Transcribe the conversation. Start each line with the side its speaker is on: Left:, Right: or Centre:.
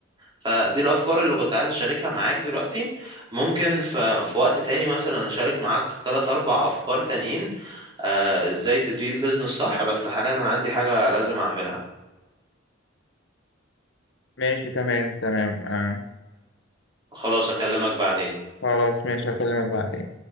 Right: فدي الافكار اللي كنت عايز اشاركها معاك دلوقتي ممكن ف- في وقت تاني مثلا اشارك معاك تلات اربع افكار تانيين آه ازاي تدير بيزنس صح بس حاليا انا عندي حاجة لازم اعملها
Left: ماشي تمام تمام آه.
Right: خلاص اكلمك بعدين
Left: خلاص ماشي هكلمك بعدين